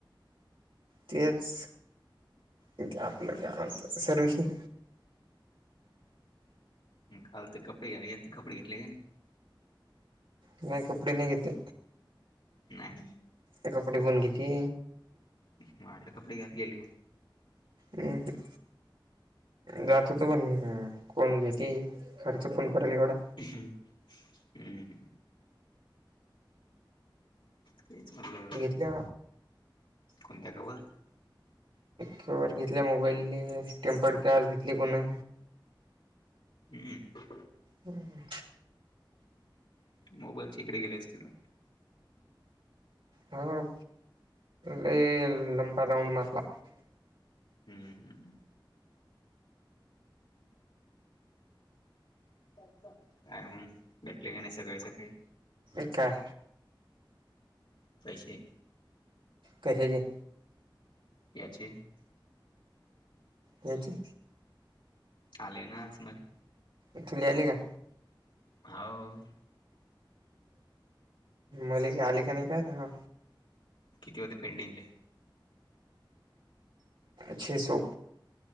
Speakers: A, on the right; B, on the left.
A: तेच, इेथल आपल्या गावात सर्विसींग.
B: काल ते कपडे घ्याल गेलते कपडे घेतले का नाही?
A: नाही कपडे नाही घेतले.
B: नाही.
A: एक कपडेकऊन घेती.
B: मला वाटलं कपडे घेतलेले.
A: हम् ह. जात होत पण कोण घेते खर्च कोण करल एवढा.
B: ह हम्म हम. तेच म्हणलं.
A: ज्या
B: कोणत्या कॅवर.
A: कॅवर घेतल्या मोबाईलने, टेम्पर्ड गलास घेतली कोणा.
B: हम्म.
A: हम्.
B: मोबाईलचे इकडे गेले असतील.
A: हा, लय लंबा राऊंड मारला.
B: हम्म हम्. काय मग भेटले की नाही सगळे शॉपिंग?
A: एकाय.
B: पैसे.
A: कशाची?
B: याची.
A: याची?
B: आले ना आज मला.
A: इथली आले का?
B: हाव.
A: मलिका आली का नाही काय सांगाव?
B: किती होती पेडिंग ले?
A: छे सौ.